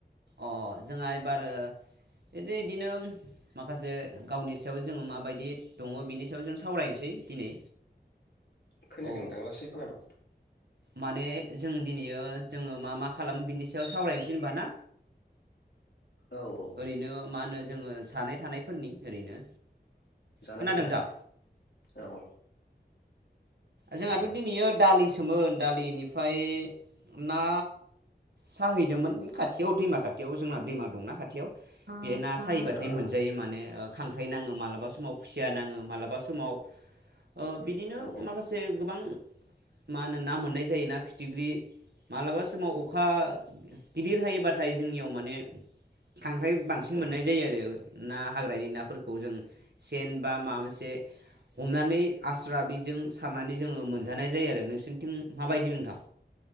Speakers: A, on the right; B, on the left.
A: अ जोंहा बारो बिदिनो माखासे गावनि सायाव जोङो माबायदि दङ बिनि सायाव जों सावरायनोसै दिनै।
B: खोनायाखै
A: औ
B: नोंथां लासै खोनादों
A: माने जों दिनैयो जोङो मा मा खालामो बिनि सायाव सावरायनोसै होनबा ना?
B: औ औ
A: ओरैनो मा होनो जोङो सानाय थानायफोरनि ओरैनो
B: जानाय
A: खोनादों
B: थानाय
A: नोंथां
B: औ। ओ
A: जोंहाथ' दिनैयो दालिसोमोन दालिनिफ्राय ना साहैदोंमोन खाथियाव दैमा खाथियाव जोंना दैमा दंना खाथियाव बे ना सायोबाथाय
B: औ
A: मोनजायो माने। खांख्राय नाङो मालाबा समाव खुसिया नाङो मालाबा समाव। ओ बिदिनो
B: औ
A: माखासे गोबां मा होनो ना मोननाय जायो ना फिथिख्रि मालाबा समाव अखा गिदिर हायोबाथाय जोंनियाव माने खांख्राय बांसिन
B: उम
A: मोननाय जायो आरो ना हाग्रानि नाफोरखौ जों सेन बा माबा मोनसे हमनानै आस्रा बेजों सारनानै जोङो मोनजानाय जायो आरो नोंसिनिथिं माबायदि नोंथां